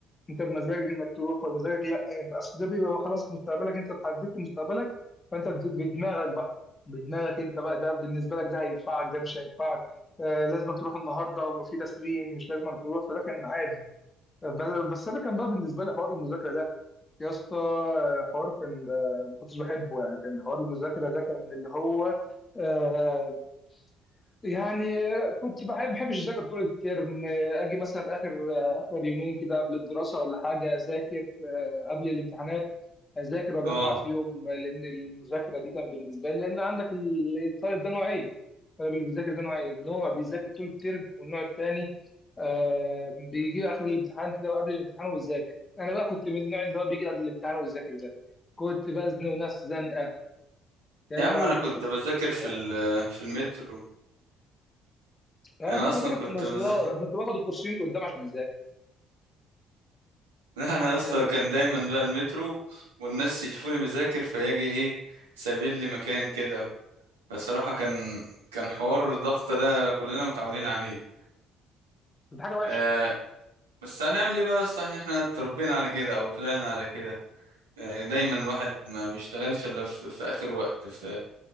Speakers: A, on the left; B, on the right.
A: انت بمزاجك انك تروح ولا مزاجك لا انت اصل ده بيبقى خلاص مستقبلك انت اتحددت مستقبلك فانت بد- بدماغك بقى بدماغك انت بقى ده بالنسبه لك ده هينفعك ده مش هينفعك آه لازم تروح النهارده وفي تسليم مش لازم تروح فده كان عادي ب- بس انا كان بقى بالنسبه لي حوار المذاكره ده يا اسطى آه، حوار كان آه، ما كنتش بحبه يعني كان حوار المذاكره ده كان اللي هو آه، يعني كنت بحب بحبش اذاكر طول الترم اجي مثلا اخر اخر يومين كده قبل الدراسه ولا حاجه اذاكر آه، قبل الامتحانات اذاكر واجمع
B: اه
A: فيهم لان المذاكره دي كانت بالنسبه لي لان عندك ال- الطالب ده نوعين الطالب اللي بيذاكر ده نوعين نوع بيذاكر طول الترم والنوع الثاني آه بيجي اخر الامتحان كده وقبل الامتحان ويذاكر انا بقى كنت من النوع اللي هو بيجي قبل الامتحان ويذاكر ده كنت بزنق نفسي زنقه يا
B: يا
A: لهوي
B: عم
A: على
B: انا كنت
A: الزنقه اللي
B: بذاكر
A: كنت بزنقها
B: في ال- في المترو
A: يعني
B: انا
A: انا كنت
B: اصلا
A: بذاكر
B: كنت
A: في المواصلات
B: بذاكر
A: انا كنت باخد الكورسين اللي قدام عشان اذاكر
B: لا انا اصلا
A: يعني
B: كان دايما بقى المترو والناس يشوفوني بذاكر فيجي ايه سابين لي مكان كده بصراحة كان كان حوار الضغط ده كلنا متعودين عليه
A: كنت حاجه وحشه
B: آه بس هنعمل ايه بقى اصلا احنا إحنا اتربينا على كده او طلعنا على كده آه دايما الواحد ما بيشتغلش الا في, في اخر وقت في